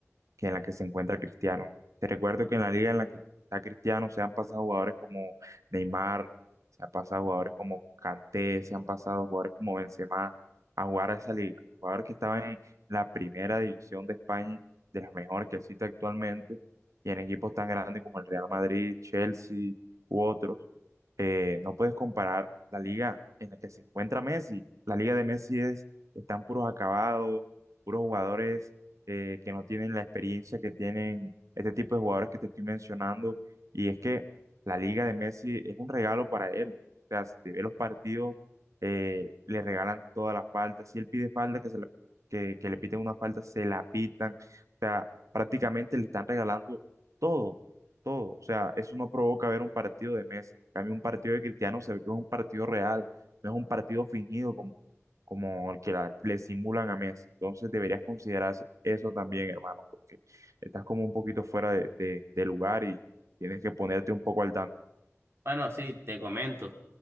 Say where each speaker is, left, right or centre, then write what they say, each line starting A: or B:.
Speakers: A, on the right; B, on the right.
A: que en la que se encuentra Cristiano. Te recuerdo que en la liga en la que está Cristiano se han pasado jugadores como Neymar, se han pasado jugadores como Kanté, se han pasado jugadores como Benzema a jugar a esa liga. Jugadores que estaban en la primera división de España, de las mejores que existe actualmente, y en equipos tan grandes como el Real Madrid, Chelsea u otros. Eh, no puedes comparar la liga en la que se encuentra Messi. La liga de Messi es, están puros acabados, puros jugadores eh, que no tienen la experiencia que tienen este tipo de jugadores que te estoy mencionando. Y es que la Liga de Messi es un regalo para él. O sea, si te ve los partidos, eh, le regalan todas las faltas. Si él pide falta, que, se la- que, que le piten una falta, se la pitan. O sea, prácticamente le están regalando todo, todo. O sea, eso no provoca ver un partido de Messi. A mí un partido de Cristiano se ve que es un partido real, no es un partido fingido como el que la- le simulan a Messi. Entonces deberías considerar eso también, hermano, porque estás como un poquito fuera de, de- de lugar y tienes que ponerte un poco al tanto.
B: Bueno, sí, te comento.